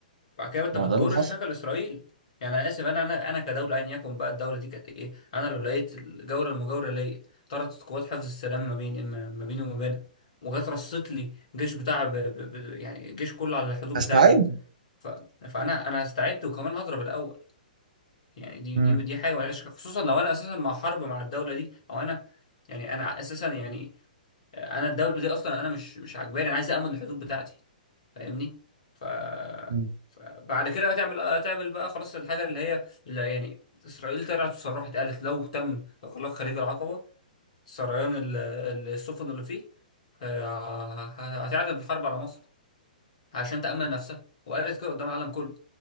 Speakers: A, on the left; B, on the right.
A: بعد كده انت
B: ما
A: بتجرش
B: هو ده اللي حصل
A: شغل اسرائيل يعني انا اسف انا انا انا كدوله ايا يكن بقى الدوله دي كانت ايه انا لو لقيت الجوله المجاوره ليا طردت قوات حفظ السلام ما بيني ما ما بيني وما بينها وجت رصت لي جيش بتاع ب... ب... ب... يعني الجيش كله على الحدود
B: هستعد
A: بتاعتي ف... فانا انا استعدت وكمان هضرب الاول يعني دي
B: مم.
A: دي دي حاجه ملهاش خصوصا لو انا اساسا مع حرب مع الدوله دي او انا يعني انا اساسا يعني انا الدوله دي اصلا انا مش مش عاجباني انا عايز امن الحدود بتاعتي فاهمني ف
B: مم.
A: فبعد كده هتعمل هتعمل بقى خلاص الحاجه اللي هي اللي يعني اسرائيل طلعت وصرحت قالت لو تم اغلاق خليج العقبه سريان ال- السفن اللي فيه آه، هتعلن الحرب على مصر عشان تأمن نفسك وقالت كده قدام العالم كله